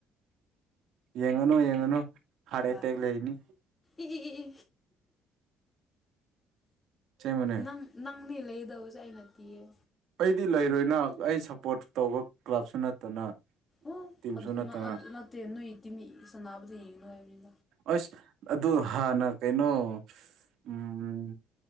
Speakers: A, on the right; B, on the left.
A: ꯌꯦꯡꯉꯅꯨ ꯌꯦꯡꯉꯅꯨ ꯍꯥꯔꯠ
B: ꯍꯣꯏ
A: ꯑꯦꯇꯦꯛꯦꯛ ꯂꯩꯅꯤ
B: ꯏ ꯏ ꯏ ꯏ
A: ꯑꯁꯦꯡꯕꯅꯦ
B: ꯅꯪ ꯅꯪꯅꯦ ꯂꯩꯗꯧꯁꯥꯏ ꯅꯌꯦ
A: ꯑꯩꯗꯤ ꯂꯩꯔꯣꯏꯅ ꯑꯩ ꯁꯞꯄꯣꯔꯠ ꯇꯧꯕ ꯀ꯭ꯂꯕꯁꯨ ꯅꯠꯇꯅ
B: ꯑꯣ
A: ꯇꯤꯝꯁꯨ
B: ꯑꯗꯨ
A: ꯅꯠꯇꯅ
B: ꯅꯠꯇꯦ ꯅꯣꯏ ꯏꯇꯤ ꯃꯤ ꯁꯅꯥꯕꯨꯗ ꯌꯦꯡꯉꯅꯨ ꯍꯥꯏꯕꯅꯤꯅ
A: ꯑꯁ ꯑꯗꯨ ꯍꯥꯟꯅ ꯀꯩꯅꯣ ꯎꯝ